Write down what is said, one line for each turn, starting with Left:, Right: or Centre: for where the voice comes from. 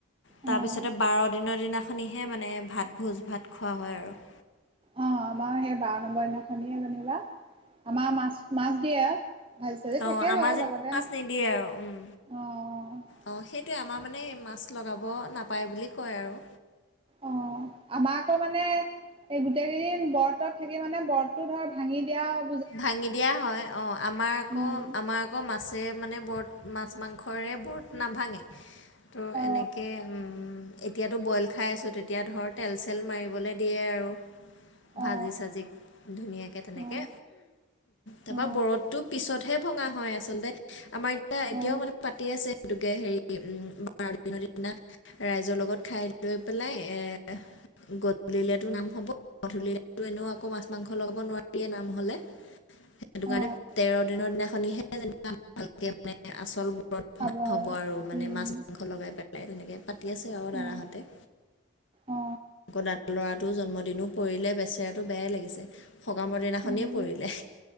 Left: তাৰপিছতে
Right: অ',
Left: বাৰ দিনৰ দিনাখনিহে মানে ভাত ভোজ ভাত খোৱা হয় আৰু
Right: অ আমাৰ সেই বাৰ নম্বৰ দিনাখনিয়ে যেনিবা আমাৰ মাছ মাছ দিয়ে। ভাজি চাজি
Left: অ
Right: থাকেই
Left: আমাৰ
Right: বাৰু
Left: যে
Right: লগতে
Left: মাছ নিদিয়ে আৰু উম,
Right: মানে
Left: অ সেইটোৱে আমাৰ মানে মাছ লগাব নাপায় বুলি কয় আৰু
Right: অ আমাৰ আকৌ মানে। এই গোটেইকেইদিন বডটো থাকি মানে বডটো ধৰ ভাঙি দিয়া হ
Left: ভাঙি দিয়া হয় অ আমাৰ আক,
Right: উম
Left: আমাৰ আকৌ মাছে মানে ব্ৰত মাছ মাংসৰে ব্ৰত নাভাঙে, তো
Right: অ
Left: এনেকে এতিয়াতো বইল খাই আছোঁ তেতিয়া ধৰ তেল চেল মাৰিবলে। দিয়ে আৰু ভাজি
Right: অ
Left: চাজি ধুনীয়াকে তেনেকে।
Right: অ
Left: তাৰপা
Right: অ
Left: ব্ৰতটো পিছতহে ভঙা হয় আচলতে, আমাৰ এতিয়া এতিয়াও
Right: অ
Left: মানে পাতি আছে সেইটোকে হেৰি উম বাৰ দিনৰ দিনা। ৰাইজৰ লগত খাই লৈ পেলাই এ গধূলাতো নাম হ'ব গধূলো এনেও আকৌ মাছ মাংস লগাব নোৱাৰিয়ে নাম হ'লে। সেইটো কাৰণে
Right: অ
Left: তেৰ দিনৰ দিনাখনহে যেনিবা ভালকে মানে আচল ব্ৰত,
Right: খাব
Left: ভঙা হ'ব আৰু মানে
Right: উম
Left: মাছ মাংস লগাই পেলাই তেনেকৈ পাতি আছে আৰু দাদাহঁতে,
Right: অ অ
Left: আকৌ দাদা ল'ৰাটোৰ জন্মদিনো পৰিলে বেচেৰাটো বেয়াই লাগিছে। সকামৰ দিনাখনেই
Right: উম
Left: পৰিলে